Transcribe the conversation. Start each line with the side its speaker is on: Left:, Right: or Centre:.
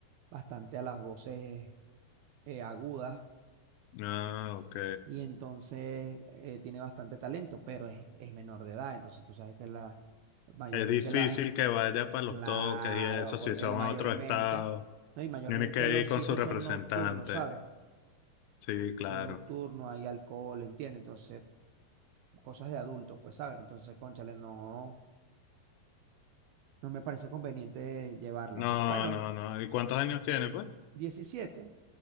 Right: bastante a las voces eh, agudas
Left: Ah, ok.
Right: y entonces eh, tiene bastante talento, pero es, es menor de edad, entonces tú sabes que la, mayormente
Left: Es difícil
Right: las,
Left: que vaya para los
Right: claro,
Left: toques y eso,
Right: porque
Left: si son
Right: la mayormente,
Left: en otro estado.
Right: no, y mayormente
Left: Tiene que
Right: los
Left: ir con
Right: sitios
Left: su representante.
Right: son nocturnos, ¿sabes?
Left: Sí, claro.
Right: Son nocturnos, hay alcohol, ¿entiendes? Entonces, cosas de adulto, pues, ¿sabes? Entonces, cónchale, no, no me parece conveniente llevarla,
Left: No,
Right: pero bueno,
Left: no, no. ¿Y cuántos años tiene, pues?
Right: 17